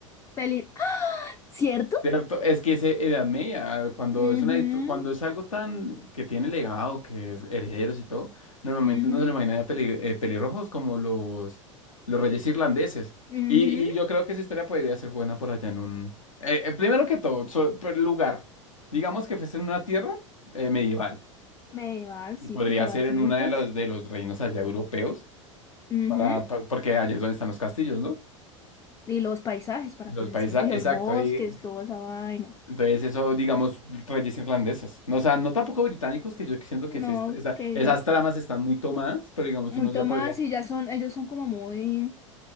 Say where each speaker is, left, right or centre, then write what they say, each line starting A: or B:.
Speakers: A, on the left; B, on the left.
A: peli... ¡Ah! ¿Cierto?
B: Cierto, es que ese Edad Media, ah, cuando
A: Mhm,
B: es una, histo- cuando es algo tan que tiene legado, que es herederos y todo, normalmente
A: mhm,
B: uno se lo imagina de peli- eh, pelirrojos como los, los reyes irlandeses.
A: mhm.
B: Y, y yo creo que esa historia podría ser buena por allá en un... eh, eh, primero que todo, so- por lugar. Digamos que fuese en una tierra eh, medieval.
A: Medieval,
B: Y
A: sí,
B: podría
A: con caballitos.
B: ser en uno de los, de los reinos allá europeos,
A: Mhm.
B: para, pa- porque allá es donde están los castillos, ¿no?
A: Y los paisajes para
B: Los
A: que se
B: países,
A: sientan. Y
B: exacto.
A: los bosques,
B: Y
A: toda esa vaina.
B: Entonces, eso, digamos, reyes irlandeses. No, o sea, no tampoco británicos, que yo siento
A: No,
B: que es esta- esa-
A: que
B: esas
A: ya.
B: tramas están muy tomadas, pero digamos,
A: Mucho
B: uno ya
A: más
B: podría
A: y ya son, ellos son como muy,